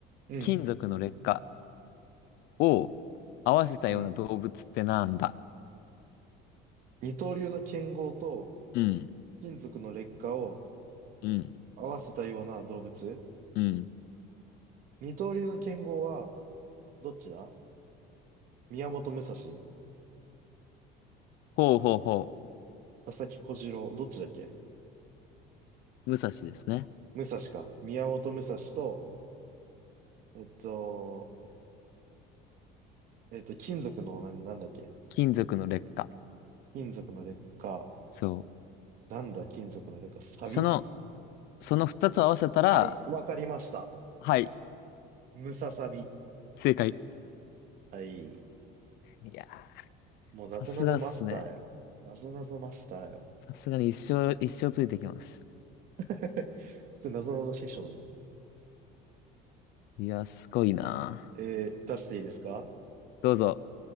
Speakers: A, on the right; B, on the left.
A: うん、
B: 金属の劣化。を合わせたような動物ってなんだ
A: うん。二刀流の剣豪と
B: うん、
A: 金属の劣化を
B: うん、
A: 合わせたような動物。
B: うん。
A: 二刀流の剣豪は、どっちだ宮本武蔵、佐
B: ほうほうほ
A: 々木小次郎、どっちだっけ
B: う。武蔵ですね。
A: 武蔵か。宮本武蔵と、えっと、えっと、金属の、な、なんだっけ
B: 金属の劣化。
A: 金属の劣化。
B: そう。
A: なんだ、金属の劣化。サビ
B: その、その二つを合わせたら、
A: はい、わかりました。
B: はい、
A: ムササビ。
B: 正解。
A: はい。
B: いやー、
A: もう、
B: さすがっすね。
A: なぞなぞマスターよ。なぞなぞマスターよ。
B: さすがに一生、一生ついてきます。
A: <laughs> すなぞなぞ師匠じゃん。
B: いやー、すごいな
A: えー、出していいですか
B: ー。どうぞ。